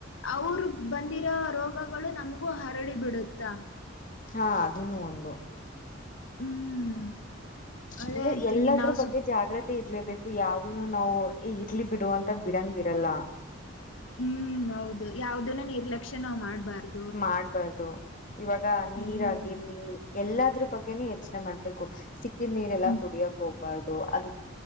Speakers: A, on the left; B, on the left.
A: ಅವರು ಬಂದಿರೋ ರೋಗಗಳು ನಮಗೂ ಹರಡಿ ಬಿಿಡುತ್ತಾ
B: ಹಾ ಅದನ್ನು ಒಂದು
A: ಹ್ಮ್ ಅದೇ
B: ಅಂದ್ರೆ
A: ಹೇಳ್ತೀನಿ
B: ಎಲ್ಲದ್ರ
A: ನಾವು
B: ಬಗ್ಗೆ
A: ಸುತ್
B: ಜಾಗ್ರತಿ ಮತ್ತೆ ಇರ್ಲೇಬೇಕು ಯಾವ್ದನು ನಾವು ಇರ್ಲಿ ಬಿಡುುವ ಅಂತ ಬಿಡಂಗ ಇರಲ್ಲ
A: ಹ್ಮ್ ಹೌದು ಯಾವ್ದನ ನಿರ್ಲಕ್ಷ್ಯ ನಾವ್ ಮಾಡ್ಬಾರ್ದು
B: ಮಾಡ ಬಾರು ಇವಾಗ ನೀರ್
A: ಹ್ಮ್
B: ಆಗಿರ್ಲಿ ಎಲ್ಲಾದ್ರ ಬಗ್ಗೆನೂ ಯೋಚನೆ ಮಾಡ್ಬೇಕು ಸಿ ನೀರೆಲ್ಲ
A: ಹ್ಮ್
B: ಕುಡಿಯೋಗ ಹೋಗ್ಬಾರ್ದು ಅದು